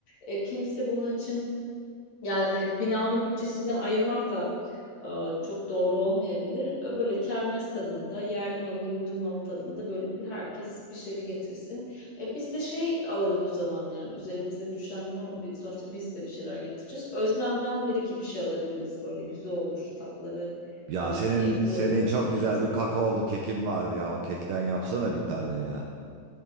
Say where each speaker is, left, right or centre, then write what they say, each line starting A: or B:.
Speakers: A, on the left (about 45°); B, on the right (about 70°).
A: E, kimse bunun için yani binanın bütçesinden ayırmak da e, çok doğru olmayabilir. E, Böyle kermes tadında, yerli malı, yurdun malı tadında böyle bir herkes bir şey getirsin. E, biz de şey alırız o zaman yani üzerimize düşen ne ol- bir- sonuçta biz de bir şeyler getireceğiz. Özlemden bir iki bir şey alabiliriz böyle güzel olur tatları
B: Ya
A: falan
B: senin
A: keyifli
B: senin
A: oluyor
B: çok
A: onların
B: güzel
A: yemesi.
B: bir kakaolu kekin vardı ya. O kekten yapsana bir tane ya.